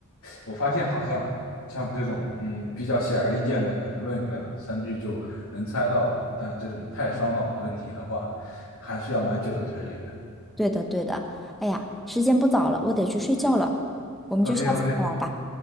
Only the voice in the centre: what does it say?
对的对的。哎呀，时间不早了，我得去睡觉了，我们就下次再玩儿吧。